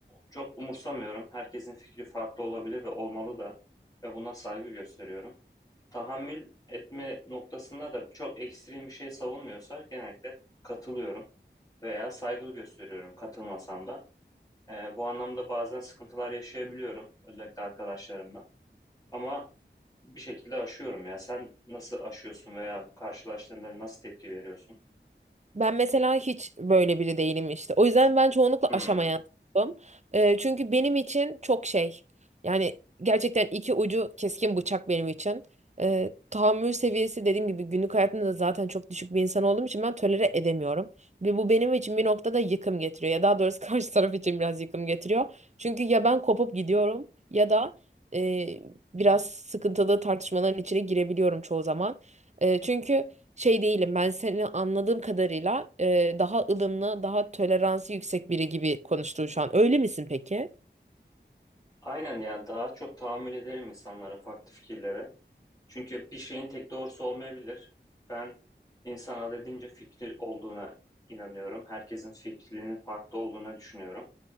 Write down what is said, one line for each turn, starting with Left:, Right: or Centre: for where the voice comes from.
Left: çok umursamıyorum. Herkesin fikri farklı olabilir ve olmalı da. Ve buna saygı gösteriyorum. Tahammül etme noktasında da çok ekstrem bir şey savunmuyorsa genellikle katılıyorum veya saygı gösteriyorum katılmasam da. Ee, bu anlamda bazen sıkıntılar yaşayabiliyorum özellikle arkadaşlarımla. Ama bir şekilde aşıyorum ya. Sen nasıl aşıyorsun veya karşılaştığında nasıl tepki veriyorsun?
Right: Ben mesela hiç böyle biri değilim işte. O yüzden ben çoğunlukla
Left: Hmm.
Right: aşamayan tarafım. Ee, çünkü benim için çok şey. Yani gerçekten iki ucu keskin bıçak benim için. Ee, tahammül seviyesi dediğim gibi günlük hayatımda da zaten çok düşük bir insan olduğum için ben tolere edemiyorum. Ve bu benim için bir noktada yıkım getiriyor. Ya daha doğrusu <laughs> karşı taraf için biraz yıkım getiriyor. Çünkü ya ben kopup gidiyorum ya da e, biraz sıkıntılı tartışmaların içine girebiliyorum çoğu zaman. E, çünkü şey değilim. Ben seni anladığım kadarıyla e, daha ılımlı, daha toleransı yüksek biri gibi konuştun şu an. Öyle misin peki?
Left: Aynen yani daha çok tahammül ederim insanlara farklı fikirlere. Çünkü bir şeyin tek doğrusu olmayabilir. Ben insan adedince fikri olduğuna inanıyorum. Herkesin fikrinin farklı olduğuna düşünüyorum.